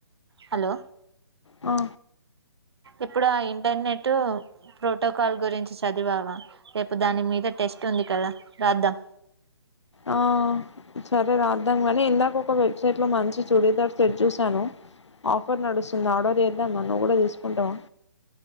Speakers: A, on the right (about 65°); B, on the left (about 85°).
A: హలో
B: ఆ
A: ఇప్పుడు ఆ ఇంటర్నెట్ ప్రోటోకాల్ గురించి చదివావా రేపు దాని మీద టెస్ట్ ఉంది కదా రాద్దాం.
B: ఆ సరే రాద్దాం కానీ ఇందాక ఒక వెబ్సైట్లో మంచి చుడీదార్ సెట్ చూశాను ఆఫర్ నడుస్తుంది ఆర్డర్ చేద్దామా నువ్వు కూడా తీసుకుంటావా.